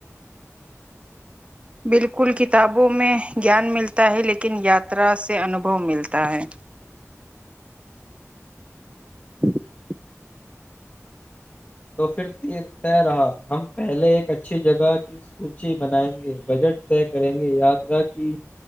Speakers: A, on the right (about 20°); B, on the left (about 30°).
A: بالکل کتابوں میں جیان ملتا ہے لیکن یاترا سے انوبھو ملتا ہے <inaudible>
B: تو پھر تیر طے رہا ہم پہلے ایک اچھی جگہ کی سوچی بنائیں گے بجٹ طے کریں گے یاترا کی